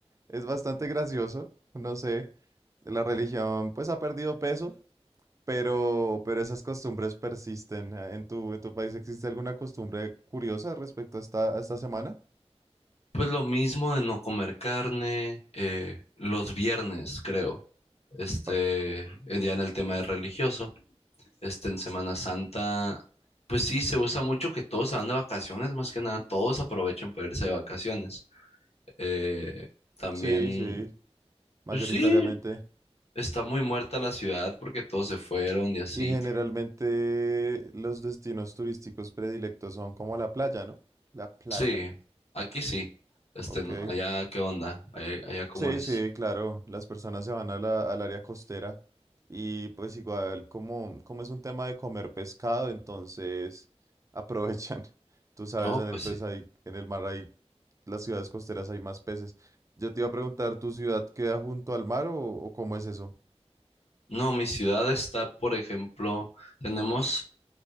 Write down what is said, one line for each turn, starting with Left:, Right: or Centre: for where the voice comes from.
Right: Es bastante gracioso, no sé. La religión pues ha perdido peso, pero, pero esas costumbres persisten. Ah, ¿En tu, en tu país existe alguna costumbre curiosa respecto a esta, a esta semana?
Left: Pues lo mismo de no comer carne, eh, los viernes, creo. Este,
Right: Oh,
Left: eh, ya en el tema de religioso, este, en Semana Santa, pues sí, se usa mucho que todos se van de vacaciones, más que nada, todos aprovechan para irse de vacaciones. Eh, también,
Right: Sí, sí, mayoritariamente.
Left: pues sí, está muy muerta la ciudad porque todos se fueron y así.
Right: Y generalmente los destinos turísticos predilectos son como la playa, ¿no? La playa,
Left: Sí, aquí sí. Este,
Right: ok.
Left: no- allá, ¿qué onda? Allá, allá, ¿cómo
Right: Sí,
Left: es?
Right: sí, claro, las personas se van a la- al área costera y pues igual como, como es un tema de comer pescado, entonces aprovechan. <laughs> Tú sabes,
Left: Oh,
Right: en
Left: pues
Right: el pez
Left: sí.
Right: hay- en el mar hay, las ciudades costeras hay más peces. Yo te iba a preguntar, ¿tu ciudad queda junto al mar o, o cómo es eso?
Left: No, mi ciudad está, por ejemplo, tenemos